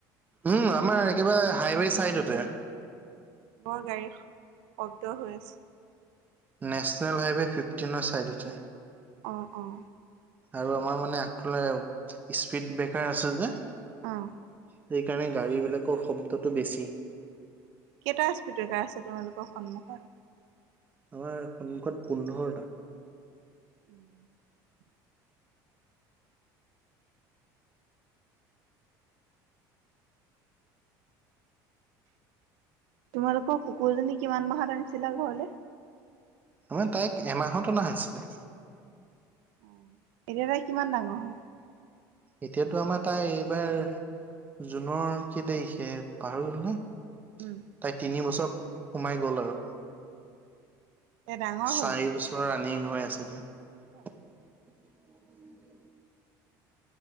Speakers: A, on the right (about 20°); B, on the right (about 80°).
A: উম আমাৰ একেবাৰে হাইৱে চাইডতে।
B: বৰ গাড়ী শব্দ হৈ আছে
A: নেশচনেল হাইৱে ফিফটিনৰ ছাইডতে।
B: অঁ অঁ
A: আৰু আমাৰ মানে আগফালে স্পীড ব্ৰেকাৰ আছে যে।।
B: উম
A: সেইকাৰণে গাড়ীবিলাকৰ শব্দটো বেছি।
B: কেইটা স্পীডকাৰ আছে তোমালোকৰ সন্মুখত?
A: আমাৰ সন্মুখত পোন্ধৰটা।
B: উম তোমালোকৰ কুকুৰজনী কিমান মাহত আনিছিলা ঘৰলৈ?
A: আমাৰ তাইক এমাহত অনা হৈছিলে।
B: আহ এতিয়া তাই কিমান ডাঙৰ হল?
A: এতিয়াতো আমাৰ তাই এইবাৰ জুনৰ কি তাৰিখে পাহৰি গলোঁ নহয়।
B: উম
A: তাই তিনিবছৰ সোমাই গ'ল আৰু।
B: এ ডাঙৰ
A: চাৰি বছৰ ৰানিং হৈ আছে এতিয়া।
B: হয়
A: উম